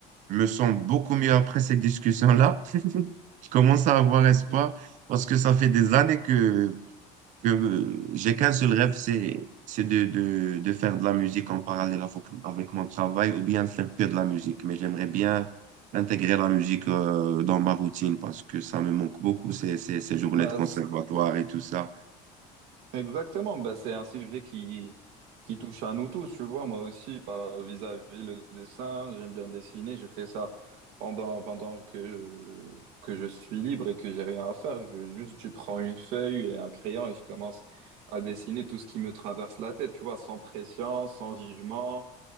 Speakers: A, on the right; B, on the right.
A: Je me sens beaucoup mieux après cette discussion-là. <laughs> Je commence à avoir espoir
B: <laughs>
A: parce que ça fait des années que, que, euh, j'ai qu'un seul rêve, c'est, c'est de, de, de faire de la musique en parallèle avec, avec mon travail ou bien faire que de la musique. Mais j'aimerais bien intégrer la musique euh, dans ma routine parce que ça me manque beaucoup ces, ces, ces journées
B: Bah,
A: de conservatoire et tout ça.
B: Exactement, bah, c'est un sujet qui, qui touche à nous tous, tu vois, moi aussi, par vis-à-vis le dessin, j'aime bien dessiner, je fais ça pendant, pendant que, que je suis libre et que j'ai rien à faire, je, juste je prends une feuille et un crayon et je commence à dessiner tout ce qui me traverse la tête, tu vois, sans pression, sans jugement,